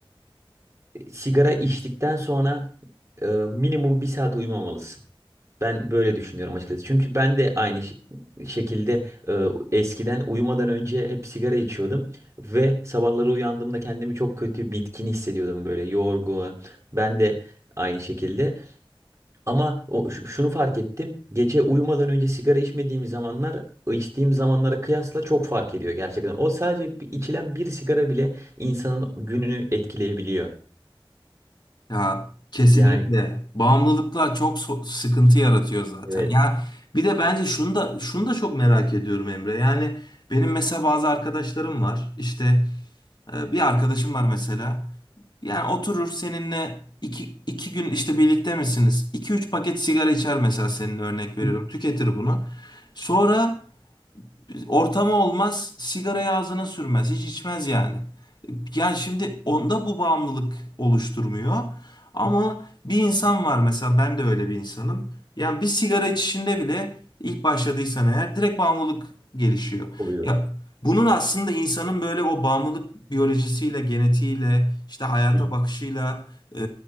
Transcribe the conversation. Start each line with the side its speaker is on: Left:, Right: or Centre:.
Right: sigara içtikten sonra e, minimum bir saat uyumamalısın. Ben böyle düşünüyorum açıkçası. Çünkü ben de aynı ş- şekilde e, eskiden uyumadan önce hep sigara içiyordum ve sabahları uyandığımda kendimi çok kötü, bitkin hissediyordum böyle yorgun. Ben de aynı şekilde. Ama o, ş- şunu fark ettim. Gece uyumadan önce sigara içmediğim zamanlar içtiğim zamanlara kıyasla çok fark ediyor gerçekten. O sadece bir- içilen bir sigara bile insanın gününü etkileyebiliyor.
Left: Ya kesinlikle
Right: Yani
Left: bağımlılıklar çok so- sıkıntı yaratıyor zaten.
Right: evet.
Left: Ya bir de bence şunu da şunu da çok merak ediyorum Emre. Yani benim mesela bazı arkadaşlarım var. İşte e, bir arkadaşım var mesela. Yani oturur seninle iki, iki gün işte birlikte misiniz? iki üç paket sigara içer mesela senin örnek veriyorum.
Right: ilk
Left: Tüketir bunu. Sonra Ortamı olmaz, sigarayı ağzına sürmez, hiç içmez yani. Yani şimdi onda bu bağımlılık oluşturmuyor. Ama bir insan var mesela ben de öyle bir insanım. Yani bir sigara içişinde bile ilk başladıysan eğer direkt bağımlılık gelişiyor.
Right: oluyor.
Left: Ya bunun aslında insanın böyle o bağımlılık biyolojisiyle, genetiğiyle, işte hayata
Right: İlk
Left: bakışıyla e,